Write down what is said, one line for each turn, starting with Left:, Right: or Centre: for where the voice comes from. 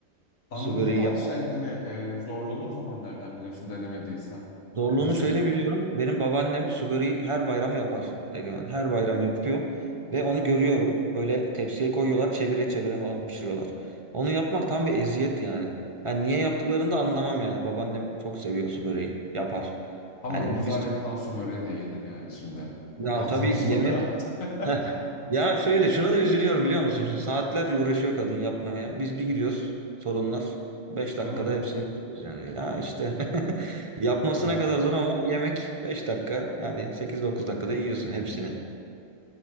Left: Anladım
Right: Su böreği
Left: da
Right: yap.
Left: şey hani e, zorluğunu o zaman nereden biliyorsun denemediysen?
Right: Zorluğunu
Left: Nasıl?
Right: şöyle biliyorum. Benim babaannem su böreği her bayram yapar. Egemen. Her bayram yapıyor. Ve onu görüyorum. Böyle tepsiye koyuyorlar. Çevire çevire falan pişiriyorlar. Onu yapmak tam bir eziyet yani. Yani niye yaptıklarını da anlamam yani. Babaannem çok seviyor su böreği. Yapar.
Left: Ama
Right: Yani
Left: güzel
Right: biz...
Left: yapılan su böreği de yenir yani şimdi.
Right: Ya
Left: Ağzım
Right: Evet. tabii
Left: sulandı.
Right: ki yemek
Left: <laughs>
Right: Heh. Ya şöyle şuna da üzülüyorum biliyor musun? Şimdi saatlerce uğraşıyor kadın yapmaya. Biz bir gidiyoruz sorunlar. 5 dakikada
Left: Değil mi?
Right: hepsini bitiriyoruz yani. Ya işte <laughs> yapmasına
Left: Evet.
Right: kadar zor ama yemek 5 dakika. Yani sekiz dokuz dakikada yiyorsun hepsini.